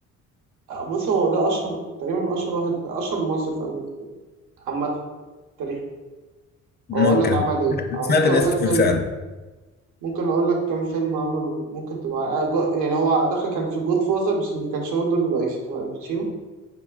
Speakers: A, on the right (about 80°); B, on the left (about 35°).
A: بص هو ده اشهر تقريبا اشهر واحد اشهر ممثل في امريكا عامه في التاريخ
B: ممكن
A: هو اقول لك عمل ايه آه،
B: سمعت
A: ممكن
B: الاسم
A: اقول لك فيلم
B: فعلا
A: ممكن اقول لك كام فيلم عمله ممكن تبقى آه، جو- يعني هو دخل كان في جود فازر بس ما كانش هو الدور الرئيسي كان الباتشينو